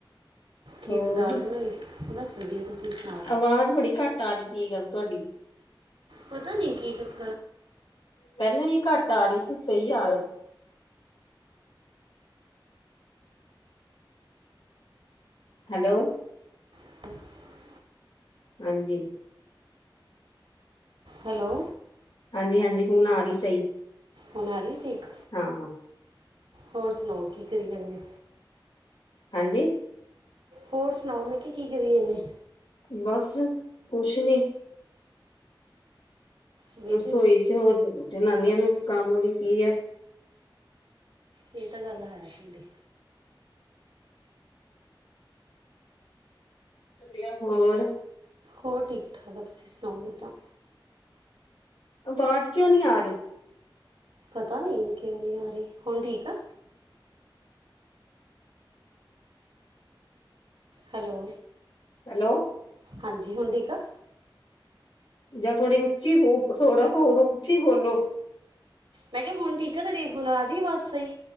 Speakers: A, on the right (about 85°); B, on the left (about 80°).
A: ਕੀ
B: ਹੋਰ
A: ਦਾਲ ਬਣਾਈ, ਬਸ ਵਧੀਆ ਤੁਸੀਂ ਸੁਣੋਂ।
B: ਆਵਾਜ਼ ਬੜੀ ਘੱਟ ਆ ਰਹੀ ਕੀ ਗੱਲ ਤੁਹਾਡੀ?
A: ਪਤਾ ਨਹੀਂ ਕੀ ਚੱਕਰ ਏ।
B: ਪਹਿਲਾਂ ਵੀ ਘੱਟ ਆ ਰਹੀ ਸੀ, ਸਹੀ ਆ ਰ ਹੈਲੋ।
A: <inaudible>
B: ਹਾਂਜੀ।
A: ਹੈਲੋ।
B: ਹਾਂਜੀ- ਹਾਂਜੀ, ਹੁਣ ਆ ਰਹੀ ਸਹੀ।
A: ਹੋਣ ਆ ਰਹੀ ਠੀਕ?
B: ਹਾਂ।
A: ਹੋਰ ਸੁਣਾਓ, ਕੀ ਕਰੀ ਜਾਂਦੇ ਐ?
B: ਹਾਂਜੀ।
A: ਹੋਰ ਸੁਣਾਓ, ਮੈਂ ਕਿਹਾ ਕੀ ਕਰੀ ਜਾਣੇ।
B: ਬੱਸ, ਕੁੱਛ ਨੀ।
A: ਵਿਹਲੇ
B: ਰਸੋਈ ਚ ਹੋਰ ਜਨਾਨੀਆਂ ਨੂੰ ਕੰਮ ਵੀ ਕੀ ਏ।
A: ਇਹ ਤਾਂ ਗੱਲ ਹੈ ਤੁਹਾਡੀ।
B: ਵਧੀਆ ਹੋਰ।
A: ਹੋਰ ਠੀਕ-ਠਾਕ ਆ, ਤੁਸੀਂ ਸੁਣਾਓ ਕਿਦਾਂ?
B: ਆਵਾਜ਼ ਕਿਉਂ ਨਹੀਂ ਆ ਰਹੀ?
A: ਪਤਾ ਨੀ ਕਿਉਂ ਨੀ ਆ ਰਹੀ, ਹੁਣ ਠੀਕ ਆ। ਹੈਲੋ।
B: ਹੈਲੋ।
A: ਹਾਂਜੀ, ਹੁਣ ਠੀਕ ਆ।
B: ਜਾਂ ਥੋੜ੍ਹੀ ਉੱਚੀ ਬ, ਥੋੜਾ ਹੋਰ ਉੱਚੀ ਬੋਲੋ।
A: ਮੈਂ ਕਿਹਾ ਹੁਣ ਠੀਕ ਆ ਤਾਡੀ, ਹੁਣ ਆ ਰਹੀ ਆਵਜ ਸਹੀ।